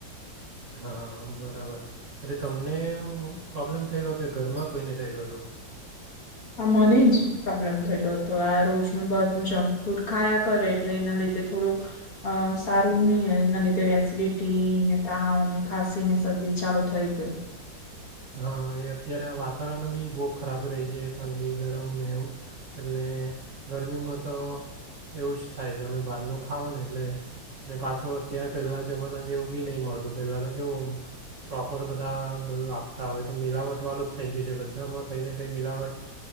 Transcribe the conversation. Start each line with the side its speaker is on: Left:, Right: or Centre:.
Right: હા, બરાબર એટલે તમને પ્રોબ્લેમ થયેલો કે ઘરમાં કોઈને થયેલું હતું.
Left: હા મને જ પ્રોબ્લેમ થયેલો હતો. આ રોજનું બાર ન જંક ફૂડ ખાયા કરે, એટલે એના લીધે થોડું અ સારું નહી, એના લીધે એસિડિટીને, તાવને, ખાસીને, શરદી ચાલુ થઈ ગયુ
Right: હા એ અત્યારે આ વાતાવરણ બી બહુ ખરાબ રહી છે. ઠંડી ગરમ ને એવું એટલે ગરમીમાં તો એવું જ થાય. તમે બહારનું ખાઓ ને એટલે ને પાછું અત્યારે, પહેલાં જમાના જેવું બી નહીં મળતું. પહેલાં તો કેવું પ્રોપર બધા બધું આપ તા આવેય તો મિલાવટ વાળું જ થઈ ગયું છે. બધામાં કંઈ ને કંઈ મિલાવટ